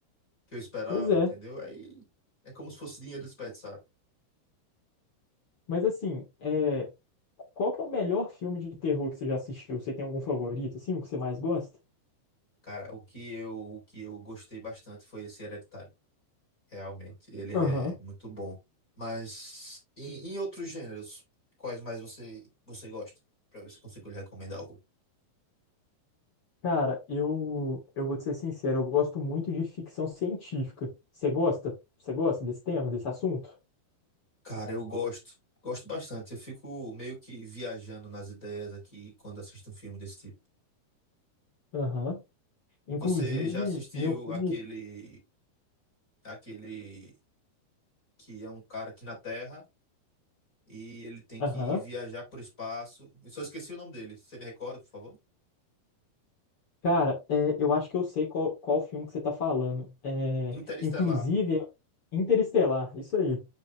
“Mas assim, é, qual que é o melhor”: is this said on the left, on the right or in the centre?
Left